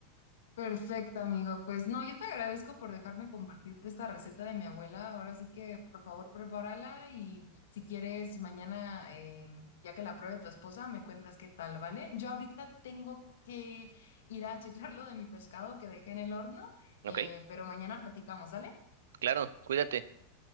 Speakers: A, on the left (about 80°); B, on the right (about 80°).
A: Perfecto, amigo. Pues no, yo te agradezco por dejarme compartirte esta receta de mi abuela. Ahora sí que, por favor, prepárala y si quieres, mañana, em, ya que la pruebe tu esposa, me cuentas qué tal, ¿vale? Yo ahorita tengo que ir a checar lo de mi pescado que dejé en el horno,
B: Ok,
A: eh, pero mañana platicamos, ¿vale?
B: claro, cuídate.